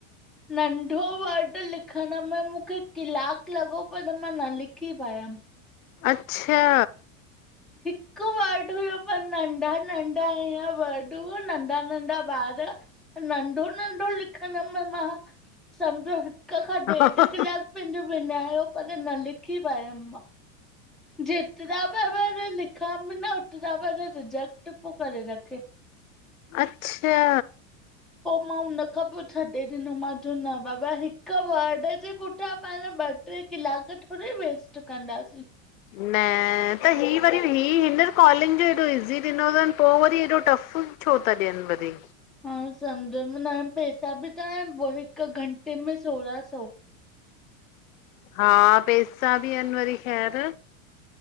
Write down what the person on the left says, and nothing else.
अच्छा!
हा
अच्छा
न त ही वरी ही हींअर कॉलिंग ॼो हेॾो इज़ी ॾिनो तन पो वरी हेॾो टफ। छो था ॾियन वरी।
हा पैसा ॿि आयन वरी ख़ैर।